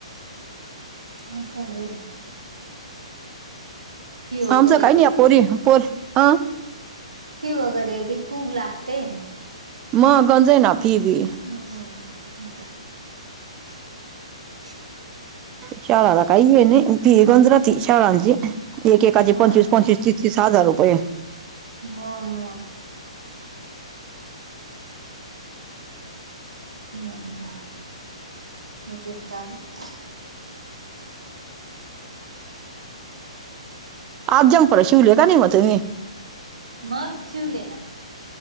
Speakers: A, on the right (about 75°); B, on the right (about 25°).
A: असं आहे. फी वगैरे
B: आमचं काही नाही पोरी पोर हं.
A: हो. फी वगैरे बी खूप लागते.
B: म गंज आहे ना फिबी.
A: होना.
B: शाळाला काही आहे नाही फी गंजरात
A: हा
B: शाळांचे एक एकाचे
A: हा
B: पंचवीस पंचवीस त तीस हजारुपये.
A: म म. ह का <unintelligible>
B: आज झपर शिवले का नि मते.
A: मग शिवले ना.